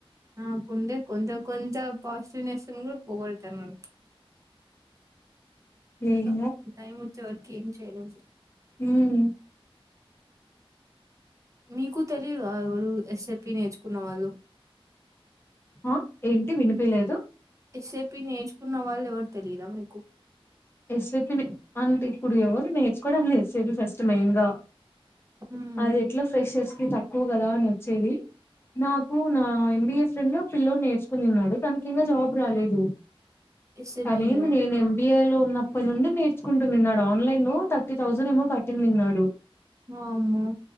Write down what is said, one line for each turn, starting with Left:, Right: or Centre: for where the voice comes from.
Right: నాకుండే కొంచం కొంచ పాసిటివ్నెస్ కూడా పోగొడుతున్నారు చూద్దాం
Left: ఏం
Right: మన టైమ్ వచ్చే వర ఏం చెయ్యలేం
Left: ఉ మ్
Right: మీకు తెలియదా ఎవలూ ఎస్ ఏ పి నేర్చుకున్నవాళ్ళు
Left: ఆ ఏంటి వినిపిలేదు
Right: ఎస్ ఏ పి నేర్చుకున్న వాళ్ళు ఎవరు తెలియదా మీకు
Left: ఎస్ ఏ పి నే అంటే ఇప్పుడు ఎవరు నేర్చుకోవడం లే S A P first main గా
Right: హ్మ్
Left: అది ఎట్లా ఫ్రెషర్స్ కి తక్కువ కదా అని వచ్చేది నాకు నా ఎం బి ఏ ఫ్రెండ్ ఓ పిల్లోడు నేర్చుకునిన్నారు తనకింకా జాబ్ రాలేదు
Right: ఎస్ఏపి
Left: తినేంది
Right: నే
Left: నేను ఎం బి ఏ లో ఉన్పటినుండి నేర్చుకుంటునిన్నాడు ఆన్లైన్ లో థర్టీ థౌసండ్ ఏమో కట్టిన్నినాడు
Right: వామ్మో